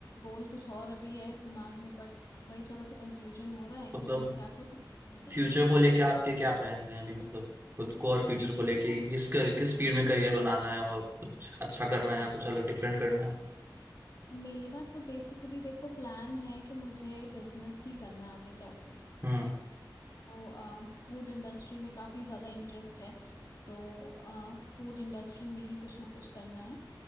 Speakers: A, on the left; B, on the right.
A: गोल कुछ और अभी है दिमाग में बट वही थोड़ा सा कंफ्यूजन हो रहा है
B: मतलब
A: कि मैं क्या करूँ क्या नहीं करूँ
B: फ्यूचर को लेके आपके क्या प्लान्स हैं अभी मतलब खुद को और फ्यूचर
A: मेरा
B: को लेके किस कर किस फील्ड में करियर बनाना है और कुछ अच्छा करना
A: तो,
B: है कुछ अलग डिफरेंट करना है
A: मेरा तो बेसिकली देखो प्लान है कि मुझे बिजनेस ही करना है आगे जाके
B: हम्म
A: को फूड इंडस्ट्री में काफ़ी ज़्यादा इंटरेस्ट है तो फूड इंडस्ट्री में ही कुछ ना कुछ करना है